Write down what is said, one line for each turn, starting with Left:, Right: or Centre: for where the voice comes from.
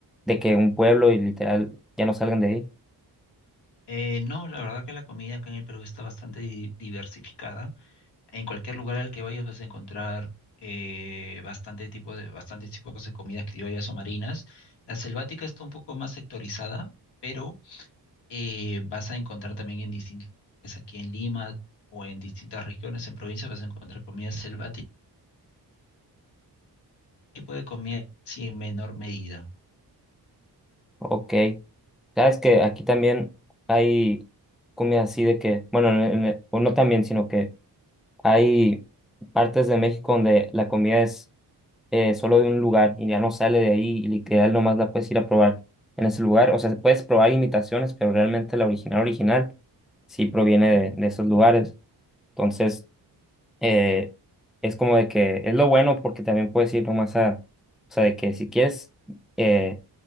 Centre: de que un pueblo y literal ya no salgan de ahí.
Left: Eh, no, la verdad que la comida acá en el Perú está bastante di- diversificada. En cualquier lugar al que vayas vas a encontrar eh, bastante tipo de, bastantes tipos de comidas criollas o marinas. La selvática está un poco más sectorizada, pero eh, vas a encontrar también en distintas, aquí en Lima o en distintas regiones, en provincias, vas a encontrar comida selvática, tipo de comida sí, en menor medida.
Centre: Ok. Sabes que aquí también hay comida así de que, bueno, en- en- o no también, sino que hay partes de México donde la comida es eh, solo de un lugar y ya no sale de ahí y literal nomás la puedes ir a probar en ese lugar. O sea, se puedes probar imitaciones, pero realmente la original original sí proviene de, de esos lugares. Entonces, eh, es como de que es lo bueno porque también puedes ir nomás a, o sea, de que si quieres eh,